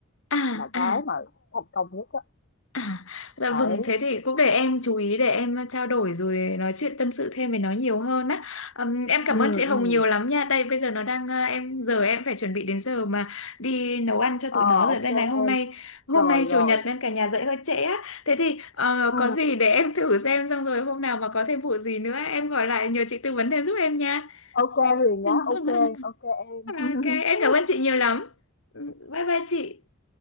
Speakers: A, on the left; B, on the left.
A: à
B: là cái
A: à à
B: mà thành công nhất á
A: <laughs> À, dạ
B: đấy
A: vâng, thế thì cũng để em chú ý để em trao đổi rồi nói chuyện tâm sự thêm với nó nhiều hơn á. Ừm, em cảm
B: ừ
A: ơn chị Hồng
B: ừ
A: nhiều lắm nha. Đây bây giờ nó đang à, em giờ em phải chuẩn bị đến giờ mà đi nấu ăn cho tụi
B: ờ
A: nó rồi.
B: ok
A: Đây này hôm
B: em
A: nay hôm
B: rồi
A: nay
B: rồi
A: chủ nhật nên cả nhà dậy hơi trễ á. Thế thì ờ,
B: ừ
A: có gì để em thử xem xong rồi hôm nào mà có thêm vụ gì nữa em gọi lại nhờ chị tư vấn thêm giúp em nha.
B: ok Huyền
A: <laughs>
B: nhá ok ok em
A: Ok,
B: <laughs>
A: em cảm ơn chị nhiều lắm. Ừ, Bye bye chị.